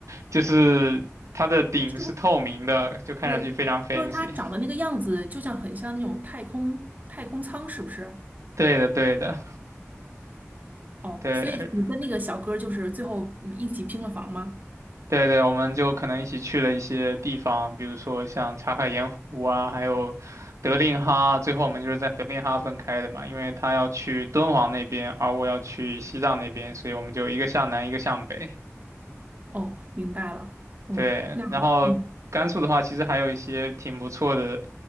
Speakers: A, on the right; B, on the right.
A: 就是它的顶是透明的，
B: 是不是？
A: 就看上去非常
B: 呃，
A: fancy。
B: 就是它长的那个样子，就像很像那种太空太空舱，是不是？
A: 对的，对的，
B: 哦，
A: 对，
B: 所以你跟那个小哥儿就是最后嗯一起拼了房吗？
A: 对对，我们就可能一起去了一些地方，比如说像茶卡盐湖啊，还有德令哈。最后我们就是在德令哈分开的嘛，因为他要去敦煌那边，而我要去西藏那边，所以我们就一个向南，一个向北。
B: 哦，明白了。哦，
A: 对，
B: 那嗯，
A: 然后甘肃的话，其实还有一些挺不错的